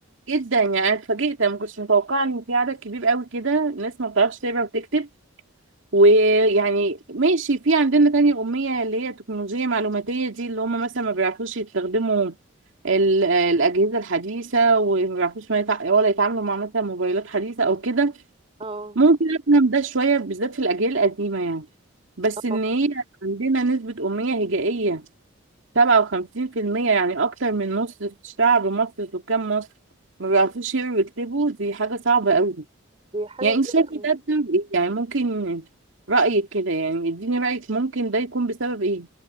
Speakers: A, on the right; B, on the right.
A: جدا يعني أنا اتفاجئت أنا ما كنتش متوقعة إن في عدد كبير قوي كده ناس ما بتعرفش تقرا وتكتب ويعني ماشي في عندنا تانية أمية اللي هي تكنولوجية معلوماتية دي اللي هم مثلا ما بيعرفوش يستخدموا ال- الأجهزة الحديثة وما بيعرفوش ما يتع... ولا يتعاملوا مع مثلا موبايلات حديثة أو كده
B: اه
A: ممكن أفهم ده شوية بالذات في الأجيال القديمة يعني بس
B: اه
A: إن هي عندنا نسبة أمية هجائية سبعة وخمسين في المية يعني أكتر من نص شعب مصر سكان مصر ما بيعرفوش يقروا ويكتبوا دي حاجة صعبة أوي
B: دي حاجه
A: يعني انت
B: كبيره
A: شايفه
B: قوي
A: ده بسبب ايه يعني ممكن رأيك كده يعني اديني رأيك ممكن ده يكون بسبب ايه